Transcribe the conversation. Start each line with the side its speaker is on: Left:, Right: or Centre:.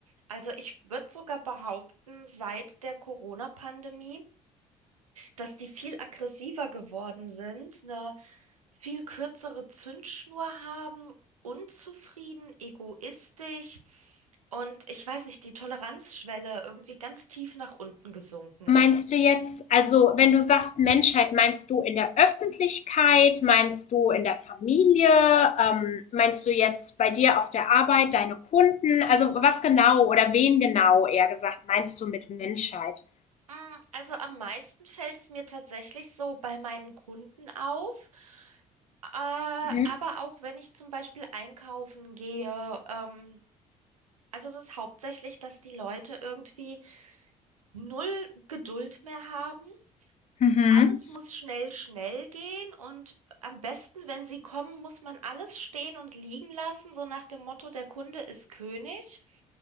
Right: also ich würde sogar behaupten, seit der Corona-Pandemie, dass die viel aggressiver geworden sind, eine viel kürzere Zündschnur haben, unzufrieden, egoistisch und ich weiß nicht, die Toleranzschwelle irgendwie ganz tief nach unten gesunken ist.
Left: Meinst du jetzt, also wenn du sagst Menschheit, meinst du in der Öffentlichkeit, meinst du in der Familie, ähm, meinst du jetzt bei dir auf der Arbeit, deine Kunden, also was genau oder wen genau eher gesagt meinst du mit Menschheit?
Right: Mm, Also am meisten fällt es mir tatsächlich so bei meinen Kunden auf. Äh,
Left: Mhm.
Right: aber auch wenn ich zum Beispiel einkaufen gehe, ähm, also es ist hauptsächlich, dass die Leute irgendwie null Geduld mehr haben
Left: Mhm.
Right: Alles muss schnell, schnell gehen und am besten, wenn sie kommen, muss man alles stehen und liegen lassen, so nach dem Motto, der Kunde ist König.